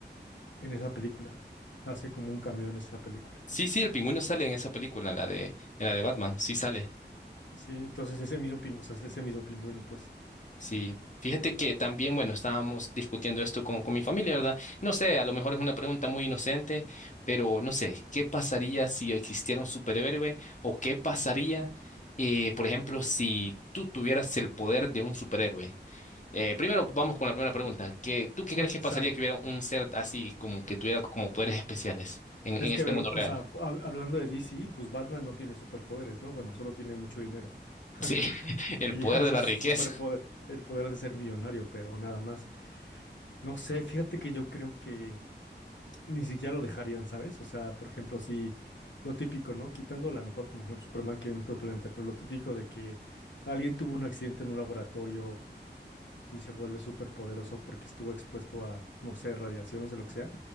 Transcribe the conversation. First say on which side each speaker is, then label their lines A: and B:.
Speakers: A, on the left; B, on the left.
A: en esa película. Hace como un cameo en esa película.
B: Sí, sí, el pingüino sale en esa película, en la de, en la de Batman, sí sale.
A: Sí, entonces ese mismo pingüino, o sea, es ese mismo pingüino, pues.
B: Sí, fíjate que también, bueno, estábamos discutiendo esto con, con mi familia, ¿verdad? No sé, a lo mejor es una pregunta muy inocente, pero no sé, ¿qué pasaría si existiera un superhéroe? ¿O qué pasaría, eh, por ejemplo, si tú tuvieras el poder de un superhéroe? Eh, primero, vamos con la primera pregunta. ¿Qué,
A: Mm.
B: tú qué crees que
A: O
B: pasaría
A: sea,
B: que hubiera un ser así, como que tuviera como poderes especiales en,
A: es
B: en este
A: que, a ver,
B: mundo real?
A: o sea, hab- hablando de DC, pues Batman no tiene superpoderes, ¿no? Bueno, solo tiene mucho dinero. <laughs>
B: Sí, <laughs> el
A: Y
B: poder
A: ya ese
B: de la
A: es
B: riqueza.
A: su superpoder, el poder de ser millonario, pero nada más. No sé, fíjate que yo creo que ni siquiera lo dejarían, ¿sabes? O sea, por ejemplo, si lo típico, ¿no? Quitando la mejor como por ejemplo, Superman que hay en otro planeta, pero lo típico de que alguien tuvo un accidente en un laboratorio y se vuelve súper poderoso porque estuvo expuesto a, no sé, radiaciones o lo que sea,